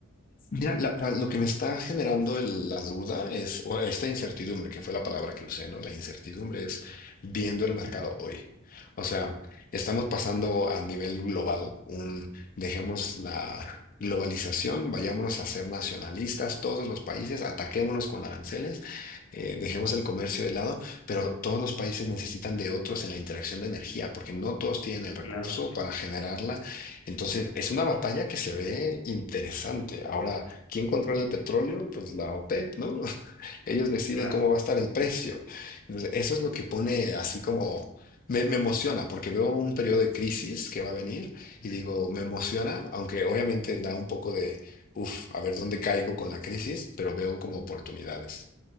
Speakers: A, on the left; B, on the left.
A: Mira, la- la- lo que me está generando el- la duda es, o esta incertidumbre, que fue la palabra que usé, ¿no? La incertidumbre es viendo el mercado
B: Ujú,
A: hoy. O sea, estamos pasando a nivel global, un, dejemos la globalización, vayámonos a ser nacionalistas, todos los países, ataquémonos con aranceles, eh, dejemos el comercio de lado, pero todos los países necesitan de otros en la interacción de energía, porque no todos tienen el recurso
B: Claro que sí,
A: para generarla entonces, es una batalla que se ve interesante. Ahora, ¿quién controla el petróleo? Pues la OPEP, ¿no? <laughs> Ellos deciden
B: claro.
A: cómo va a estar el precio. Entonces, eso es lo que pone así como... Me, me emociona porque veo un periodo de crisis que va a venir
B: Ujú,
A: y digo, me emociona, aunque obviamente da un poco de, uff, a ver dónde caigo con la crisis, pero veo como oportunidades.